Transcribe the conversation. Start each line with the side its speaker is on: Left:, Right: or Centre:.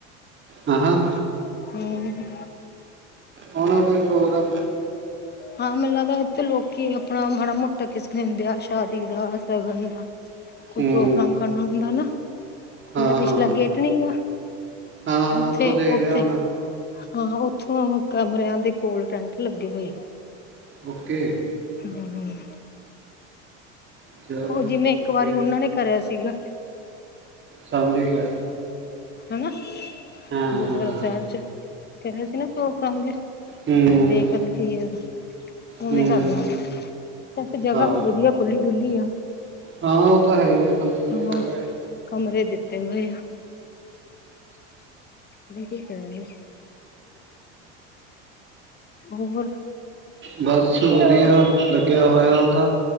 Right: ਆ ਹਾ।
Left: ਹੂੰ।
Right: ਆਣਾ ਕੋਈ ਪ੍ਰੋਗਰਾਮ।
Left: ਹਾਂ ਮੈਨੂੰ ਲੱਗਦਾ ਇੱਥੇ ਲੋਕੀ ਆਪਣਾ ਮਾੜਾ ਮੋਟਾ ਕਿਸੇ ਵਿਆਹ ਸ਼ਾਦੀ ਦਾ ਸ਼ਗਨ ਦਾ। ਕੋਈ
Right: ਹੂੰ
Left: ਪ੍ਰੋਗਰਾਮ ਕਰਨਾ ਹੁੰਦਾ ਨਾ
Right: ਹਾਂ
Left: ਜਿਹੜਾ ਪਿਛਲਾ
Right: ਹਾਂ
Left: ਗੇਟ ਨੀ ਗਾ
Right: ਹਾਂ ਹਾਂ
Left: ਉੱਥੇ
Right: ਉੱਥੋਂ ਦੇਖ
Left: -ਉੱਥੇ
Right: ਰਿਹਾ ਹੋਣਾ
Left: ਹਾਂ ਉੱਥੋਂ ਕਮਰਿਆਂ ਦੇ ਕੋਲ ਟੈਂਟ ਲੱਗੇ ਹੋਏ।
Right: ਓਕੇ
Left: ਹਮ- ਹਮ।
Right: ਚਲੋ
Left: ਉਹ
Right: ਵਧੀਆ,
Left: ਜਿਵੇਂ ਇੱਕ ਵਾਰੀ ਉਹਨਾਂ ਨੇ ਕਰਿਆ ਸੀਗਾ।
Right: ਸਮਝ ਗਿਆ।
Left: ਹਨਾ,
Right: ਹਾਂ
Left: ਗੁਰਦੁਆਰਾ ਸਾਹਿਬ ਚ ਕਰਿਆ ਸੀ ਨਾ ਪ੍ਰੋਗਰਾਮ ਦੇ।
Right: ਹੂੰ
Left: ਦੇਖ ਓਧਰ ਕੀ ਏ, ਔਵੇਂ
Right: ਹੂੰ
Left: ਈ ਕਰਦਾ। ਵੈਸੇ ਜਗ੍ਹਾ
Right: ਹਾਂ
Left: ਵੀ ਵਧੀਆ ਖੁੱਲ੍ਹੀ ਡੁੱਲੀ ਆ।
Right: ਹਾਂ, ਓਹ ਤਾਂ ਹੈ ਈ ਹੈ ਖੁੱਲੀ ਡੁਲੀ
Left: ਹਾਂ
Right: ਜਗ੍ਹਾ ਹੈ।
Left: ਕਮਰੇ ਦਿੱਤੇ ਹੋਏ ਆ, ਵਈ ਕੋਈ ਕੇ ਨਾ। ਹੋਰ?
Right: ਬਸ ਵਧੀਆ, ਲੱਗਿਆ ਹੋਇਆ ਓਹ ਤਾਂ,